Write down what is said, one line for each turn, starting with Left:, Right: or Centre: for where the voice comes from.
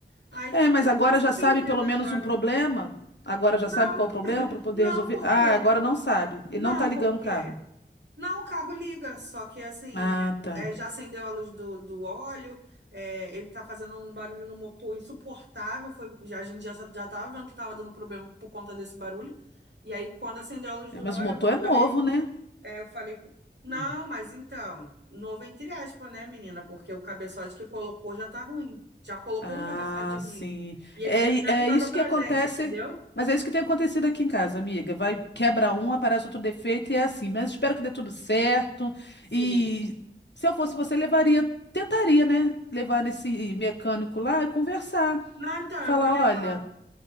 Right: Aí
Left: É,
Right: tô
Left: mas agora
Right: nessa
Left: já sabe
Right: pendenga
Left: pelo menos
Right: agora.
Left: um problema? Agora já
Right: Não,
Left: sabe qual o problema para poder
Right: não,
Left: resolver?
Right: porque,
Left: Ah, agora não sabe. Ele
Right: não,
Left: não tá ligando
Right: porque,
Left: o carro.
Right: não, o carro liga, só que assim,
Left: Ah, tá.
Right: é, já acendeu a luz do, do óleo, é, ele tá fazendo um barulho no motor insuportável, foi, já, a gente já, sa- já tava vendo que tava dando problema por conta desse barulho. E aí, quando acendeu a luz
Left: É,
Right: do
Left: mas
Right: óleo,
Left: o motor
Right: eu
Left: é novo,
Right: falei,
Left: né?
Right: É, eu falei, não,
Left: Hum.
Right: mas então, novo entre aspas, né, menina? Porque o cabeçote que colocou já tá ruim. Já colocou
Left: Ah,
Right: um cabeçote ruim.
Left: sim.
Right: E ele
Left: É,
Right: já
Left: i-
Right: tinha
Left: é
Right: avisado
Left: isso
Right: pra
Left: que acontece.
Right: gente, entendeu?
Left: Mas é isso que tem acontecido aqui em casa, amiga. Vai, quebra um, aparece outro defeito e é assim. Mas espero que dê tudo certo.
Right: Sim.
Left: E se eu fosse você, levaria, tentaria, né? Levar nesse mecânico lá e conversar.
Right: Não, então,
Left: Fala,
Right: eu vou levar.
Left: olha.